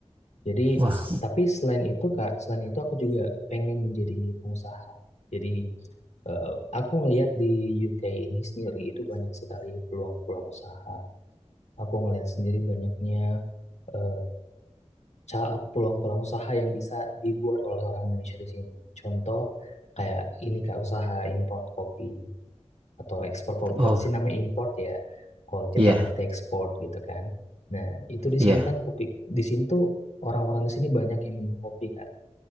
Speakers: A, on the left; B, on the right.
A: jadi
B: Wah,
A: tapi selain itu Kak selain itu aku juga pengen menjadi pengusaha jadi Eh, aku ngelihat di UK ini sendiri itu banyak sekali peluang-peluang usaha. Aku ngelihat sendiri banyaknya eh, ca- peluang-peluang usaha yang bisa dibuat oleh orang Indonesia di sini. Contoh kayak ini kak usaha import kopi atau ekspor kopi.
B: oh
A: Kalau di sini namanya import ya. Kalau kita
B: iya
A: berarti ekspor gitu kan. Nah itu di
B: iya
A: sini kan kopi di sini tuh orang-orang di sini banyak yang minum kopi kak.